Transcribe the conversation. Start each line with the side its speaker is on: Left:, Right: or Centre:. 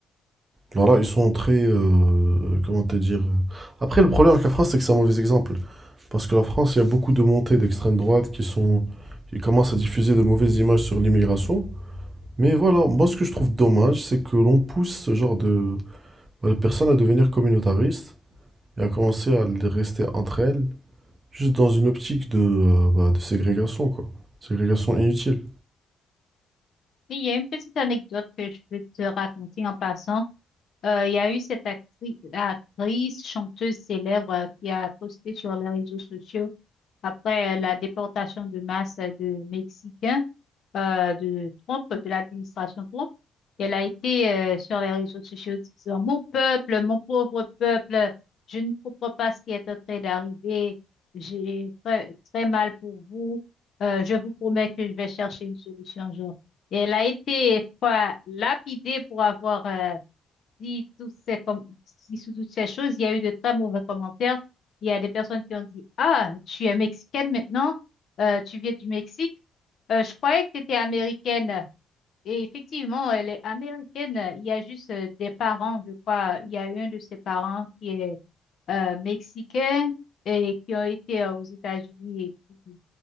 Right: Alors là, ils sont très. euh, comment te dire? euh. Après, le problème avec la France, c'est que c'est un mauvais exemple. Parce que la France, il y a beaucoup de montées d'extrême droite qui sont, qui commencent à diffuser de mauvaises images sur l'immigration. Mais voilà, moi, ce que je trouve dommage, c'est que l'on pousse ce genre de, bah, de personnes à devenir communautaristes et à commencer à les rester entre elles, juste dans une optique de, euh, bah, de ségrégation, quoi. Ségrégation inutile.
Left: Oui, il y a une petite anecdote que je peux te raconter en passant. Euh, il y a eu cette actri- actrice, chanteuse célèbre euh, qui a posté sur les réseaux sociaux après euh, la déportation de masse euh, de Mexicains euh, de Trump, de l'administration Trump. Elle a été euh, sur les réseaux sociaux disant, Mon peuple, mon pauvre peuple, je ne comprends pas ce qui est en train d'arriver. J'ai très, très mal pour vous. Euh, je vous promets que je vais chercher une solution, genre. Et elle a été quoi, lapidée pour avoir euh, dit toutes ces, com- dit sous toutes ces choses, il y a eu de très mauvais commentaires. Il y a des personnes qui ont dit, Ah, tu es mexicaine maintenant, Euh, tu viens du Mexique. Euh, je croyais que tu étais américaine. Et effectivement, elle est américaine. Il y a juste euh, des parents, je crois. Il y a un de ses parents qui est euh, mexicain et qui ont été euh, aux États-Unis et qui